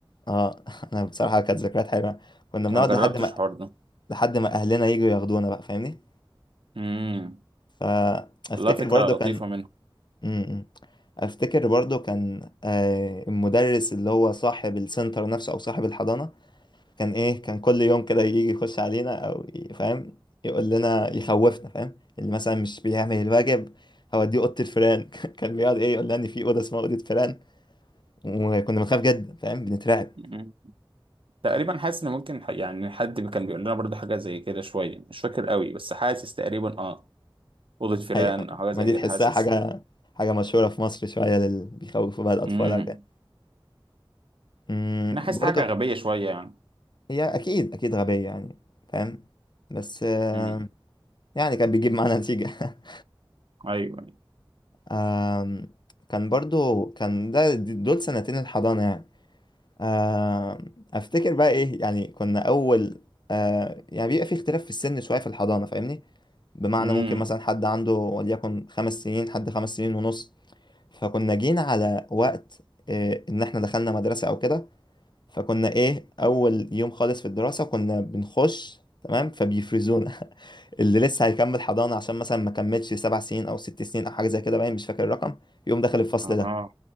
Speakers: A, on the left; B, on the right.
A: اه <laughs> انا بصراحة كانت ذكريات حلوة كنا بنقعد
B: انا ما جربتش
A: لحد ما
B: الحوار ده
A: لحد ما اهلنا يجوا ياخدونا بقى فاهمني
B: امم
A: فافتكر
B: والله فكره
A: برضو
B: لطيفه
A: كان م- م. افتكر برضو كان آه، المدرس اللي هو صاحب السنتر نفسه او صاحب الحضانة كان ايه كان كل يوم كده يجي يخش علينا او ي- فاهم يقول لنا يخوفنا فاهم اللي مثلا مش بيعمل الواجب هوديه اوضه الفيران <laughs> كان بيقعد ايه يقول لنا ان في اوضه اسمها اوضه فيران وكنا بنخاف جدا فاهم بنترعب
B: منهم تقريبا حاسس ان ممكن ح- يعني حد كان بيقول لنا برضو حاجه زي كده شويه مش فاكر قوي بس حاسس تقريبا اه اوضه فيران
A: حقيقة
B: او حاجه
A: ما
B: زي
A: دي
B: كده
A: تحسها
B: حاسس
A: حاجه حاجه مشهوره في مصر شويه اللي بيخوفوا بقى الاطفال
B: امم
A: او كده أمم،
B: انا حاسس
A: برضه
B: حاجه غبيه شويه يعني
A: هي اكيد اكيد غبية يعني فاهم بس آه،
B: امم
A: يعني كان بيجيب معانا نتيجة <laughs>
B: ايوه
A: آم، كان برضو كان ده دول سنتين الحضانة يعني آم، افتكر بقى ايه يعني كنا اول آه، يعني بيبقى في اختلاف في السن شوية في الحضانة فاهمني بمعنى
B: امم
A: ممكن مثلا حد عنده وليكن خمس سنين حد خمس سنين ونص فكنا جينا على وقت آه، ان احنا دخلنا مدرسة او كده فكنا ايه اول يوم خالص في الدراسة كنا بنخش تمام فبيفرزونا <laughs> اللي لسه هيكمل حضانة عشان مثلا ما كملش سبع سنين أو ست سنين أو حاجة زي كده باين مش فاكر الرقم يقوم داخل الفصل
B: اه
A: ده